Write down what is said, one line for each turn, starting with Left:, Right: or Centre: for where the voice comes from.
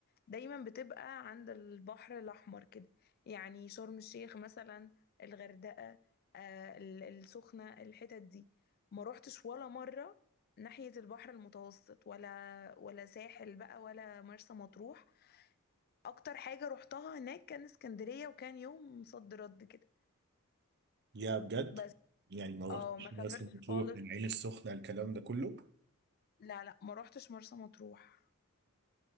Left: دايما بتبقى عند البحر الأحمر كده يعني شرم الشيخ مثلا الغردقة آه، ال- السخنة الحتت دي ما روحتش ولا مرة ناحية البحر المتوسط ولا ولا ساحل بقى ولا مرسى مطروح أكتر حاجة روحتها هناك كان اسكندرية وكان يوم صد رد كده
Right: يا بجد
Left: بس
Right: يعني ما
Left: اه
Right: رحتش
Left: ما
Right: مرسى
Left: سافرتش
Right: مطروح
Left: خالص
Right: العين السخنة الكلام ده كله
Left: لا لا ما روحتش مرسى مطروح